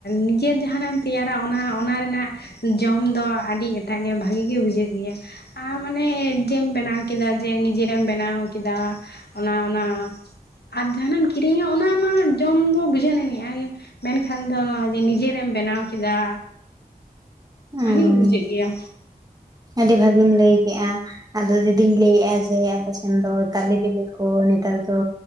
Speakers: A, on the left (about 75°); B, on the right (about 25°).
A: ᱱᱤᱡᱮᱨ ᱡᱟᱦᱟᱱᱟᱜ ᱮᱢ ᱛᱮᱭᱟᱨᱟ ᱚᱱᱟ ᱚᱱᱟ ᱨᱮᱱᱟᱜ ᱡᱚᱢ ᱫᱚ ᱟᱹᱰᱤ ᱮᱴᱟᱜ ᱜᱮ ᱵᱷᱟᱹᱜᱤ ᱜᱮ ᱵᱩᱡᱷᱟᱹᱜ ᱜᱮᱭᱟ᱾ ᱟ ᱢᱟᱱᱮ ᱡᱦᱮᱢ ᱵᱮᱱᱟᱣ ᱠᱮᱫᱟ ᱡᱮ ᱱᱤᱡᱮᱨᱮᱢ ᱵᱮᱱᱟᱣ ᱠᱮᱫᱟ ᱚᱱᱟ ᱚᱱᱟ ᱟᱢ ᱡᱟᱦᱟᱸᱱᱟᱜ ᱮᱢ ᱠᱤᱨᱤᱧᱟ ᱚᱱᱟ ᱢᱟ ᱡᱚᱢ ᱫᱚ ᱵᱩᱡᱷᱟᱹᱣ <inaudible> ᱢᱮᱱᱠᱷᱟᱱ ᱫᱚ ᱡᱮ ᱱᱤᱡᱮᱨᱮᱢ ᱵᱮᱱᱟᱣ ᱠᱮᱫᱟ
B: ᱚ
A: ᱵᱷᱟᱹᱜᱮ ᱵᱩᱡᱷᱟᱹᱜ ᱜᱮᱭᱟ᱾
B: ᱟᱹᱰᱤ ᱵᱷᱟᱹᱜᱤᱢ ᱞᱟᱹᱭ ᱠᱮᱜᱼᱟ᱾ ᱟᱫᱚ ᱫᱤᱫᱤᱧ ᱞᱟᱹᱭᱮᱫᱼᱟ ᱡᱮ ᱟᱯᱮ ᱥᱮᱱ ᱫᱚ ᱛᱟᱞᱮ ᱵᱤᱞᱤ ᱠᱚ ᱱᱮᱛᱟᱨ ᱫᱚ